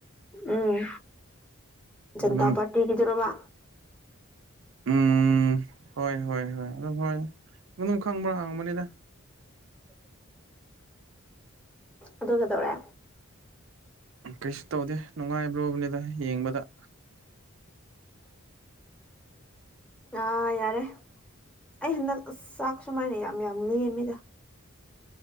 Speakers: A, in the centre; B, on the right.
A: ꯎꯝ ꯖꯟꯇꯥ
B: ꯑꯗꯨꯝ
A: ꯄꯥꯔꯇꯤꯒꯤꯗꯨꯔꯣꯕ
B: ꯎꯝ ꯍꯣꯏ ꯍꯣꯏ ꯍꯣꯏ ꯑꯗꯨꯝ ꯍꯣꯏ ꯑꯗꯨꯝ ꯈꯪꯕ꯭ꯔꯥ ꯍꯪꯕꯅꯤꯗ
A: ꯑꯗꯨ ꯀꯩꯗꯧꯔꯦ
B: ꯀꯩꯁꯨ ꯇꯧꯗꯦ ꯅꯨꯡꯉꯥꯏꯕ꯭ꯔꯣꯕꯅꯤꯗ ꯌꯦꯡꯕꯗ
A: ꯑꯥ ꯌꯥꯔꯦ ꯑꯩ ꯍꯟꯗꯛ ꯑꯁ ꯆꯥꯛ ꯁꯨꯃꯥꯏꯅ ꯌꯥꯝ ꯌꯥꯝ ꯂꯦꯝꯃꯤꯗ